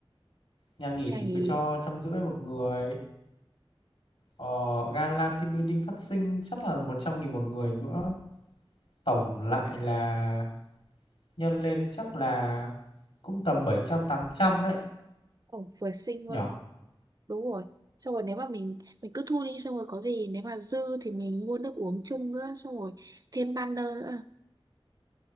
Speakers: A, on the left; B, on the right.
A: nhà nghỉ
B: ngành
A: thì cứ
B: ý
A: cho trăm rưỡi một người ờ, gala team building phát sinh chắc là một trăm nghìn một người nữa tổng lại là nhân lên chắc là cũng tầm bảy trăm tám trăm đấy
B: ổn vừa xinh
A: nhỉ
B: luôn. Đúng rồi. Xong rồi nếu mà mình mình cứ thu đi xong rồi có gì nếu mà dư thì mình mua nước uống chung nữa xong rồi thêm banner nữa